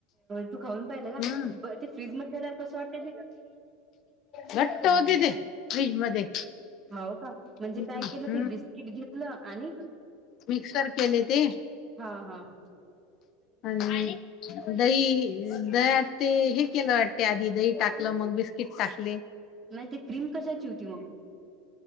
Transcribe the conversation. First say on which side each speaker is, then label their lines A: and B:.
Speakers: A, on the right; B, on the left.
A: तू खाऊन पाहिलं का
B: हम्म
A: ते ते फ्रीज मध्ये केल्यावर कसं वाटत ते
B: घट
A: हम्म
B: होओत ते फ्र्रीज मध्ये
A: हो का म्हणजे
B: हम्म
A: काय केलं ते बिस्किट घेतलं आणि
B: मिक्सर केले ते
A: हा हा
B: आणि दही दहट ते हे केलं वाटत त्या आधी दही टाकलं मग बिस्किट टाकले
A: नाही ते क्रीम कशाची होती मग